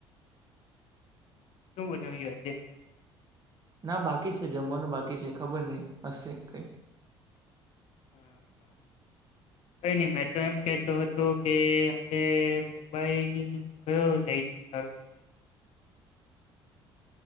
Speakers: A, on the left; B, on the right.
A: શું બનાવી્યું આજે
B: ના બાકી છે જમવાનું બાકી છે ખબર નહીં હશે કઈ
A: હા હા કઈ નહી મેં તો એમ કેતો હતો કે આપે મોબાઈલ કયો લઈ તો સારું કેવા